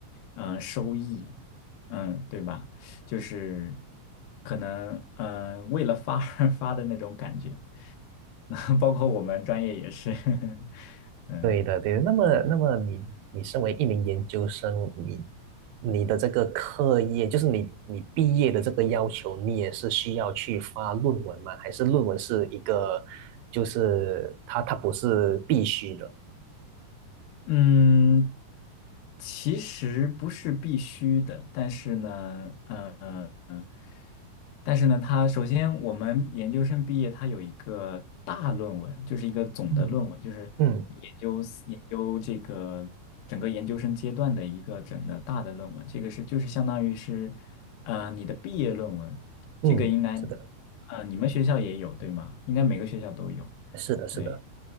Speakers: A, on the left; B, on the right.
A: 嗯、呃收益，嗯，对吧？就是可能嗯、呃为了发而 <laughs> 发的那种感觉，<laughs> 包括我们专业也是，<laughs> 嗯。
B: 对的，对的。那么，那么你你身为一名研究生，你你的这个课业，就是你你毕业的这个要求，你也是需要去发论文吗？还是论文是一个，就是它它不是必须的？
A: 嗯，其实不是必须的，但是呢，呃，嗯嗯，但是呢，它首先我们研究生毕业，它有一个大论文，就是一个总的论文，
B: 嗯
A: 就是你研究研究这个整个研究生阶段的一个整的大的论文，
B: 嗯
A: 这个是就是相当于是呃你的毕业论文，
B: 嗯，
A: 这个应该
B: 是的，
A: 呃你们学校也有对吗？应该每个学校都有，
B: 是的，是的。
A: 对。